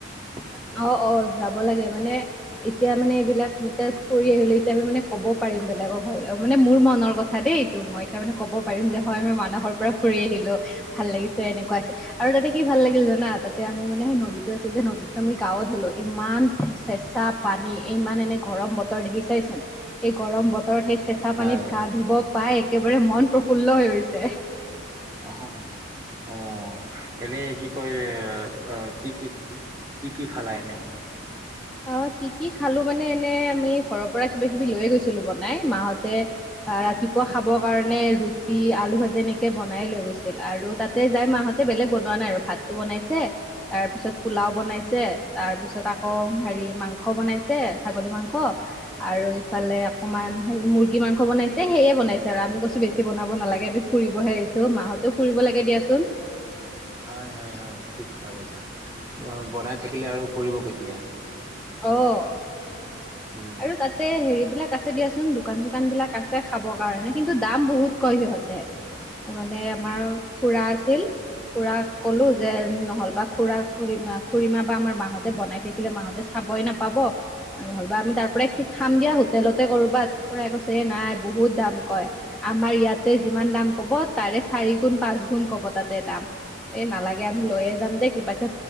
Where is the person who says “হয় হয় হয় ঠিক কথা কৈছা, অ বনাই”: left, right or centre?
Right